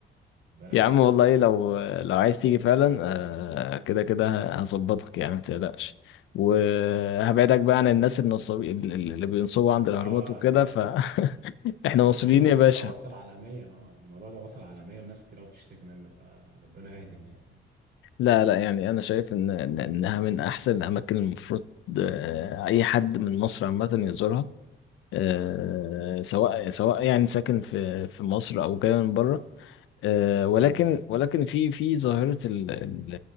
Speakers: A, on the right; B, on the left.
A: خد بالك
B: يا
A: عشان
B: عم والله لو لو عايز تيجي فعلا آه، كده كده هظبطك يعني ما تقلقش وهبعدك بقى عن الناس النصابين اللي بينصبوا عند الاهرامات
A: اه
B: وكده
A: اللي بيحصل
B: فاحنا <laughs>
A: على
B: مصريين
A: فكره الموضوع
B: يا باشا
A: ده وصل عالميا اه الموضوع ده وصل عالميا وناس كتير قوي بتشتكي منه فربنا يهدي الناس يعني
B: لا لا يعني انا شايف ان إن- انها من احسن الاماكن المفروض آه، اي حد من مصر عامه يزورها آه،
A: اه
B: سواء سواء يعني ساكن في في مصر او جاي من بره آه، ولكن
A: امم
B: ولكن في في ظاهرة ال ال